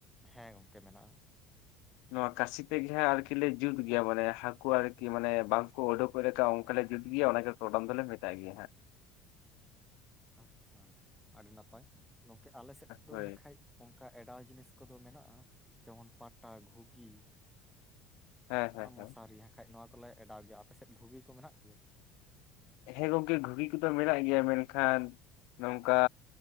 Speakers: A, in the centre; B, on the left.
A: ᱦᱮᱸ ᱜᱚᱢᱠᱮ ᱢᱮᱱᱟᱜᱼᱟ
B: ᱱᱚᱣᱟ ᱠᱟᱥᱤ ᱛᱮᱜᱮ ᱦᱟᱸᱜ ᱟᱨᱠᱤᱞᱮ ᱡᱩᱛ ᱜᱮᱭᱟ ᱢᱟᱱᱮ ᱦᱟᱠᱩ ᱟᱨᱠᱤ ᱢᱟᱱᱮ ᱵᱟᱝᱠᱚ ᱚᱰᱚᱠ ᱯᱚᱨᱮᱛᱮ ᱚᱝᱠᱟ ᱞᱮ ᱡᱩᱫ ᱜᱮᱭᱟ ᱚᱱᱟᱜᱮ ᱴᱚᱨᱚᱰᱟᱝ ᱫᱚᱞᱮ ᱢᱮᱛᱟᱜ ᱜᱮᱭᱟ ᱦᱟᱸ
A: ᱟᱪᱪᱷᱟ ᱟᱹᱰᱤ ᱱᱟᱯᱟᱭ ᱜᱚᱝᱠᱮ ᱟᱞᱮᱥᱮᱫ ᱫᱚ
B: ᱦᱳᱭ
A: ᱦᱟᱠᱷᱟᱡ ᱚᱱᱠᱟ ᱮᱰᱟᱣ ᱡᱤᱱᱤᱥ ᱠᱚᱫᱚ ᱢᱮᱱᱟᱜᱼᱟ ᱡᱮᱢᱚᱱ ᱯᱟᱴᱟ ᱜᱷᱩᱜᱤ
B: ᱦᱮᱸ ᱦᱮᱸ
A: ᱟᱨ ᱢᱚᱥᱟᱨᱤ
B: ᱦᱮᱸ
A: ᱦᱟᱠᱷᱟᱡ ᱱᱚᱣᱟ ᱠᱚᱞᱮ ᱮᱰᱟᱣ ᱜᱮᱭᱟ ᱟᱯᱮᱥᱮᱫ ᱜᱷᱩᱜᱤ ᱠᱚ ᱢᱮᱱᱟᱜ ᱜᱮᱭᱟ?
B: ᱦᱮᱸ ᱜᱚᱢᱠᱮ ᱜᱷᱩᱜᱤ ᱠᱚᱫᱚ ᱢᱮᱱᱟᱜ ᱜᱮᱭᱟ ᱢᱮᱱᱠᱷᱟᱱ ᱱᱚᱝᱠᱟ